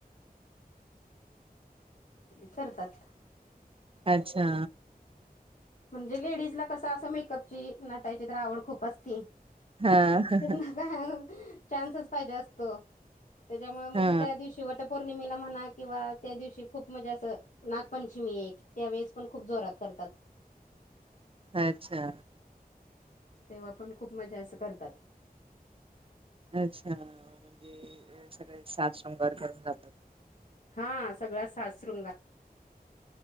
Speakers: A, on the left; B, on the right.
A: करतात
B: अच्छा
A: म्हणजे लेडीज ला कसं असं मेकअपची, नटायची तर आवड खूप असती.
B: हा ह
A: त्यांना
B: हं
A: चान्सच पायजे असतो, त्याच्यामुळ
B: हा
A: म्हणजे त्या दिवशी वट वटपौर्णिमेला म्हणा किंवा त्या दिवशी खूप म्हणजे असं नागपंचमी एक त्यावेेळेस पण खूप जोरात करतात.
B: अच्छा
A: तेव्हा पण खूप मजा अस करतात.
B: अच्छा म्हणजे सगळे साज शृंगार करून जातात.
A: हा सगळा साज-शृंगार.